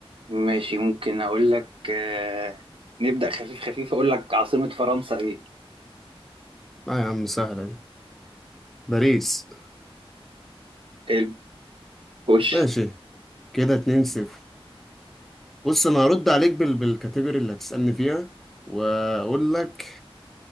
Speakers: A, on the right; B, in the centre.
A: ماشي ممكن أقول لك آه، نبدأ خفيف خفيف أقول لك عاصمة فرنسا إيه
B: لا يا عم سهله دي باريس
A: حلو خش
B: ماشي كده اتنين صفر بص انا هرد عليك بال... بالكاتيجوري اللي هتسالني فيها واقول لك